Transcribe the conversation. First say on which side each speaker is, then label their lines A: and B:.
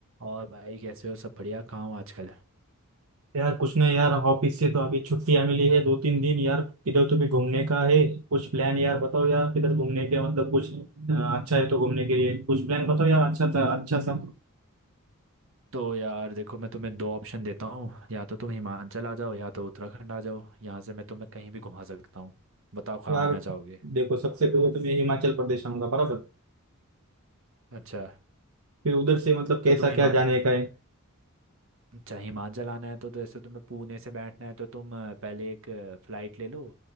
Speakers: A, on the right (about 65°); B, on the right (about 85°).
A: और भाई कैसे हो सब बढ़िया कहाँ हो आजकल
B: यार कुछ नहीं यार ऑफिस से तो अभी छुट्टियां मिली है दो तीन दिन यार किधर तो भी घूमने का है कुछ प्लान यार बताओ यार किधर घूमने के मतलब कुछ अ, अच्छा है तो घूमने के लिए कुछ प्लान बताओ यार अच्छा था अच्छा सा
A: तो यार देखो मैं तुम्हें दो ऑप्शन देता हूँ या तो तुम हिमाचल आ जाओ या तो उत्तराखंड आ जाओ यहाँ से मैं तुम्हें कहीं भी घुमा सकता हूँ बताओ कहाँ
B: यार
A: आना चाहोगे
B: देखो सबसे पहले तो मैं हिमाचल प्रदेश आऊंगा बराबर
A: अच्छा
B: फिर उधर से मतलब कैसा
A: तो तुम हिमा
B: क्या जाने का है
A: अच्छा हिमाचल आना है तो तो ऐसे तुम्हें पुणे से बैठना है तो तुम अ, पहले एक फ़्लाइट ले लो